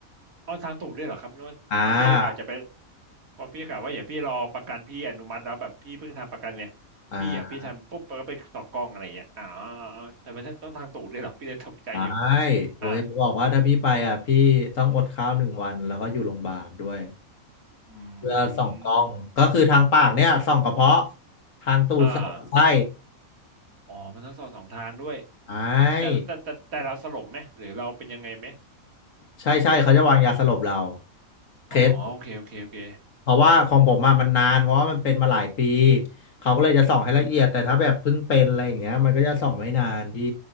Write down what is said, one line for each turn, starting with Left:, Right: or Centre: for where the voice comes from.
Right: เอาทางตูดด้วยเหรอครับนึกว่าเพราะพี่กะจะไป
Left: อ่า
Right: เพอพี่กะว่าอย่าพี่รอประกันพี่อนุมัติแล้วแบบพี่เพิ่งทำประกันเนี่ยพี่อย่าพี่ทำปุ๊บแล้วก็ไปต่อกล้องอะไรอย่างเงี้ยอ๋อ
Left: อ่า
Right: อ๋อแต่มันต้องทางตูดด้วยเหรอพี่เลยตกใจอยู่
Left: ใช่ผมอยากจะบอกว่าถ้าพี่ไปอ่ะพี่ต้องอดข้าวหนึ่งวันแล้วก็อยู่โรงพยาบาลด้วย
Right: อ่าอื
Left: เพื่อส่องกล้องก็คือทางปากเนี่ยส่องกระเพาะ
Right: ม
Left: ทางตูดส่องลำไส้
Right: อ่าอ๋อมันต้องสอบสองทางด้วย
Left: ใช่
Right: แต่แต่แต่แต่เราสลบไหมหรือเราเป็นยังไงไหม
Left: ใช่ใช่เขาจะวางยาสลบเราเคส
Right: อ๋อโอเคโอเคโอเค
Left: เพราะว่าของผมอะมันนานเพราะว่ามันเป็นมาหลายปีเขาก็เลยจะส่องให้ละเอียดแต่ถ้าแบบเพิ่งเป็นอะไรอย่างเงี้ยมันก็จะส่องไม่นานพี่